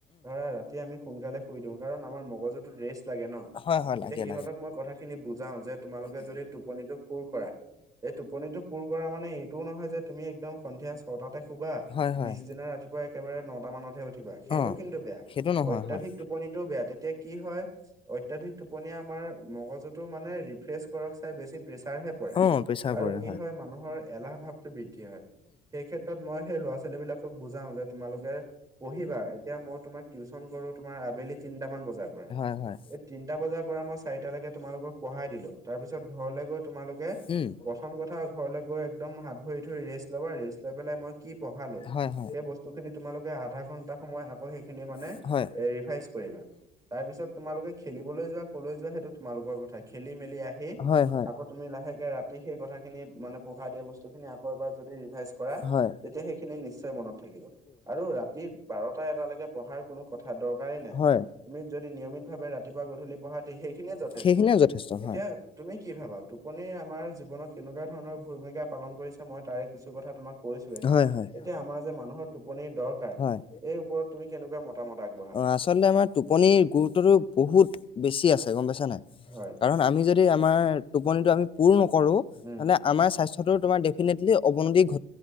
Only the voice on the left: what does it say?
হয়, হয়,
লাগে,
লাগে।
হয়, হয়,
অ',
সেইটো নহয়
হয়।
অ', প্ৰেছাৰ
পৰে
হয়, হয়,
উমঁ।
হয়, হয়,
হয়। অ',
হয়, হয়,
হয়,
হয়,
সেইখিনিয়ে যথেষ্ট হয়,
হয়, হয়,
হয়।
অ আচলতে আমাৰ টোপনিৰ গুৰুত্বটো বহুত বেছি আছে গম পাইছ নাই
কাৰণ আমি য দি আমাৰ টোপনিটো আমি পোৰ নকৰো
আমাৰ স্বাস্থ্যতো ডেফিনেটলি অৱনতি ঘ